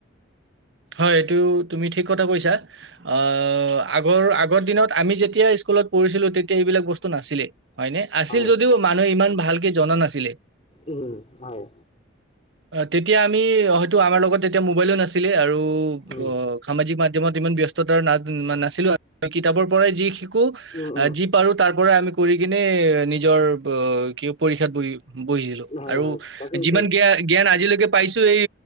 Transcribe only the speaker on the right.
হয় এইটো, তুমি ঠিক কথা কৈছা। আহ আগৰ আগৰ দিনত আমি যেতিয়া স্কুলত পঢ়িছিলো, তেতিয়া এইবিলাক নাছিলে। হয়নে? আছিল
যদিও মানুহে ইমান ভালকে জনা নাছিলে।
অ' তেতিয়া আমি হয়তো আমাৰ লগত এতিয়া মোবাইলো নাছিলে, আৰু
অঁ সামাজিক মাধ্যমত ইমান ব্যস্ততাৰ না নাছিলো কিতাপৰ পৰাই যি শিকো
আহ যি পাৰোঁ, তাৰ পৰা আমি কৰি কিনে নিজৰ কি পৰীক্ষাত বহি বহিছিলোঁ
আৰু
যিমান জ্ঞা জ্ঞান আজিলৈকে পাইছোঁ এই